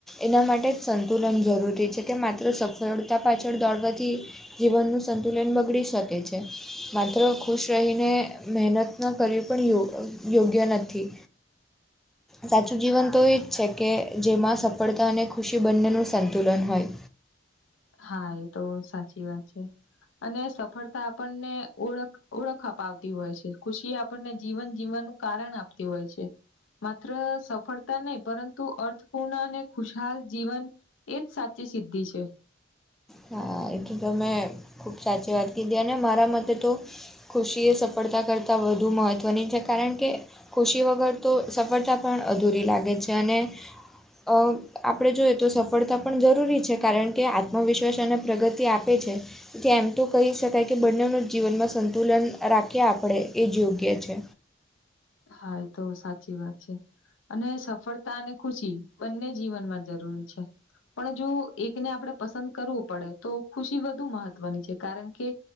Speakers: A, in the centre; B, on the left.
A: એના માટે જ સંતુલન જરૂરી છે કે માત્ર સફળતા પાછળ દોડવાથી જીવનનું સંતુલન બગડી શકે છે. માત્ર ખુશ રહીને મહેનત ન કરવી પણ યોગ્ય નથી. સાચું જીવન તો એ જ છે કે જેમાં સફળતા અને ખુશી બંનેનું સંતુલન હોય
B: હા એ તો સાચી વાત છે. અને સફળતા આપણને ઓળખ ઓળખ અપાવતી હોય છે. ખુશી આપણને જીવન જીવવાનું કારણ આપતી હોય છે. માત્ર સફળતા નહી પરંતુ અર્થપૂર્ણ અને ખુશહાલ જીવન એજ સાચી છે. સિધી છે.
A: હા એટલે તો મેં ખૂબ સાચી વાત કીધી અને મારા મતે તો ખુશી એ સફળતા કરતાં વધુ મહત્ત્વની છે કારણ કે ખુશી વગર તો સફળતા પણ અધૂરી લાગે છે અને અ આપણે જોઈએ તો સફળતા પણ જરૂરી છે કારણ કે આત્મવિશ્વાસ અને પ્રગતિ આપે છે. તે એમ તો કહી શકાય કે બંનેનું જીવનમાં સંતુલન રાખીએ આપણે એ જ યોગ્ય છે
B: હા એ તો સાચી વાત છે. અને સફળતા અને ખુશી બંને જીવનમાં જરૂરી છે. પણ જો એકને આપડે પસંદ કરવું પડે તો ખુશી વધુ મહત્વની છે કારણ કે